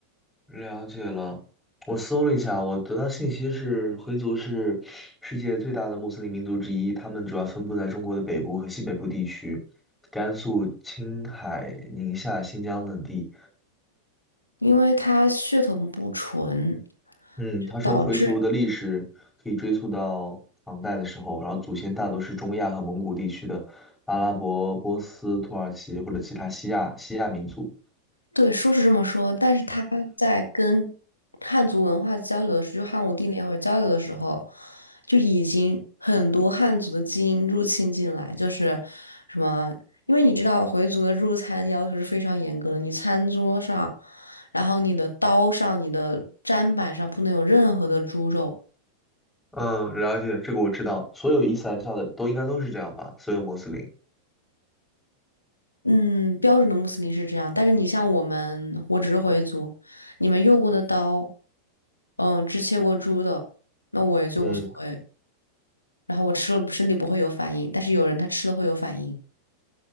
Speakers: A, in the centre; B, on the left.
A: 了解了。我搜了一下，我得到信息是，回族是世界最大的穆斯林民族之一，他们主要分布在中国的北部和西北部地区，甘肃、青海、宁夏、新疆等地。
B: 因为他血统不纯，
A: 嗯，
B: 就导致
A: 他说回族的历史可以追溯到唐代的时候，然后祖先大多是中亚和蒙古地区的阿拉伯、波斯、土耳其或者其他西亚西亚民族。
B: 对，说是这么说，但是他在跟汉族文化交流的时候，就汉武帝那会儿交流的时候，就已经很多汉族的基因入侵进来，就是什么，因为你知道回族的入餐要求是非常严格的，你餐桌上，然后你的刀上、你的砧板上不能有任何的猪肉。
A: 嗯，了解，这个我知道，所有伊斯兰教的都应该都是这样吧？所有穆斯林，
B: 嗯，标准的穆斯林是这样，但是你像我们，我只是回族，你们用过的刀，嗯，只切过猪的，那我也就无所谓。
A: 嗯
B: 然后我吃了身体不会有反应，但是有人他吃了会有反应，